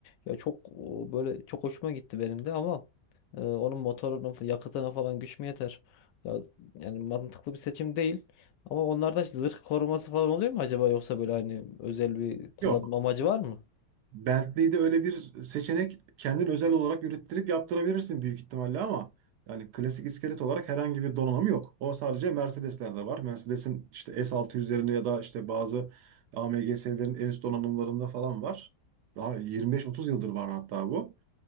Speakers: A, on the left; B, on the right.
A: Ya çok o, böyle çok hoşuma gitti benim de ama e, onun motorunun yakıtına falan güç mü yeter? Ya yani mantıklı bir seçim değil. Ama onlarda zırh koruması falan oluyor mu acaba yoksa böyle hani özel bir kullanım
B: Yok.
A: amacı var mı?
B: Bentley'de öyle bir seçenek kendin özel olarak ürettirip yaptırabilirsin büyük ihtimalle ama yani klasik iskelet olarak herhangi bir donanım yok. O sadece Mercedes'lerde var. Mercedes'in işte S600'lerinde ya da işte bazı AMG'lerin en üst donanımlarında falan var. Daha 25-30 yıldır var hatta bu.